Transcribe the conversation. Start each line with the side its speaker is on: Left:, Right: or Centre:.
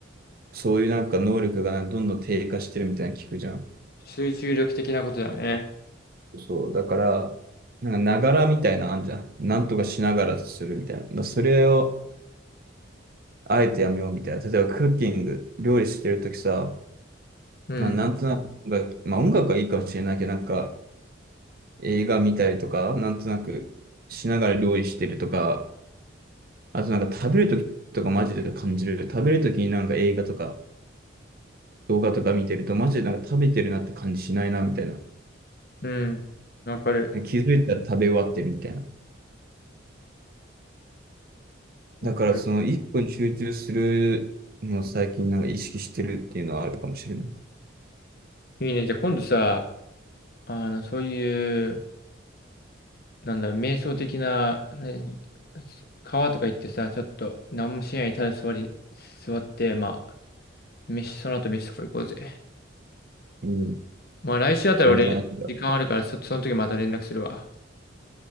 Right: そういうなんか能力がなんかどんどん低下してるみたいなの聞くじゃん。
Left: 集中力的なことだよね。
Right: そう、だから、なんかながらみたいなのあんじゃん。なんとかしながらするみたいな。それを、あえてやめようみたいな。例えばクッキング、料理してるときさ、
Left: うん、
Right: まあなんとなく音楽、まあ音楽はいいかもしれないけど、なんか映画見たりとか、なんとなくしながら料理してるとか、あとなんか食べるときとかマジで感じる。食べるときになんか映画とか動画とか見てると、マジでなんか食べてるなって感じしないなみたいな。
Left: うん。わかる。
Right: 気づいたら食べ終わってるみたいな。
Left: わかる。
Right: だからその一個に集中するのを最近なんか意識してるっていうのはあるかもしれない。
Left: いいね。じゃあ今度さ、あの、そういう、なんだろう、瞑想的な、ね、川とか行ってさ、ちょっと何もしないでただ座り、座って、まあ、飯、その後飯とか行こうぜ。
Right: うん、
Left: まあ来週あたり俺、
Right: 全然あるんだ。
Left: 時間あるから、そ、その時また連絡するわ。